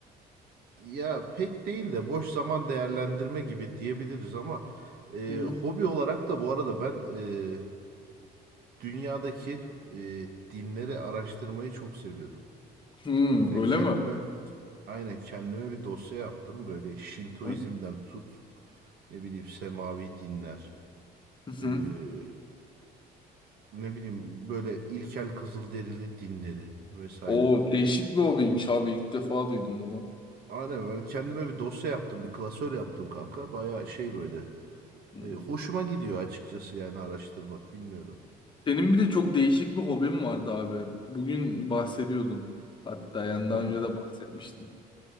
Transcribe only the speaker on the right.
ya pek değil de boş zaman değerlendirme gibi diyebiliriz ama e,
hobi olarak da bu arada ben e, dünyadaki e, dinleri araştırmayı çok seviyorum.
Ya
kendime
aynen kendime bir dosya yaptım böyle Şintoizm'den
tut ne bileyim semavi dinler
ee, ne bileyim böyle ilkel Kızılderili dinleri vesaire.
Aynen böyle kendime bir dosya yaptım bir klasör yaptım kanka baya şey böyle
Ee, hoşuma gidiyor açıkçası yani araştırmak bilmiyorum.
Hı.